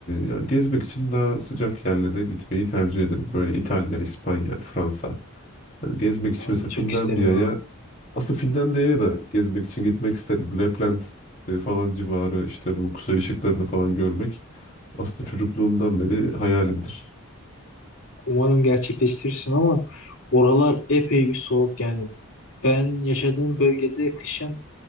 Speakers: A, on the left (about 35°); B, on the left (about 60°).
A: yani gezmek için daha sıcak yerlere gitmeyi tercih ederim. Böyle İtalya, İspanya, Fransa. Yani gezmek için
B: Ya ben
A: mesela
B: de çok
A: Finlandiya'ya
B: isterim oraları.
A: aslında Finlandiya'ya da gezmek için gitmek isterim. Lapland e, falan civarı işte bu kuzey ışıklarını falan görmek aslında çocukluğumdan beri hayalimdir.
B: Umarım gerçekleştirirsin ama oralar epey bir soğuk yani. Ben yaşadığım bölgede kışın